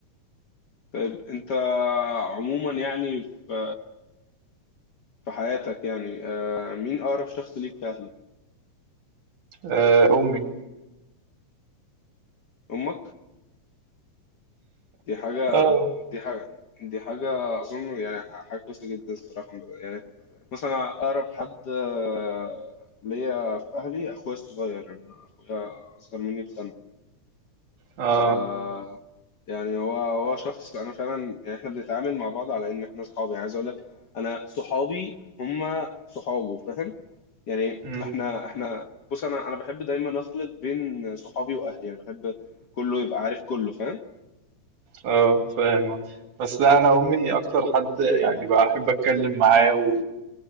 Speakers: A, on the left; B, on the right.
A: طيب انت عموما يعني في في حياتك يعني آه، مين اقرب شخص ليك في اهلك
B: آه امي
A: امك دي حاجة
B: اه
A: دي حاجة دي حاجة أظن يعني حاجة كويسة جدا الصراحة يعني مثلا أقرب حد آه، ليا في أهلي أخويا الصغير أنا أخويا أصغر مني بسنة
B: اه
A: آه، يعني هو هو شخص أنا فعلا يعني إحنا بنتعامل مع بعض على إن إحنا صحابي عايز أقول لك أنا صحابي هما صحابه فاهم يعني
B: امم
A: احنا احنا بص انا انا بحب دايما اخلط بين صحابي واهلي يعني بحب كله يبقى عارف كله فاهم
B: اه فاهم آه. بس لا انا امي اكتر حد يعني بحب اتكلم معاه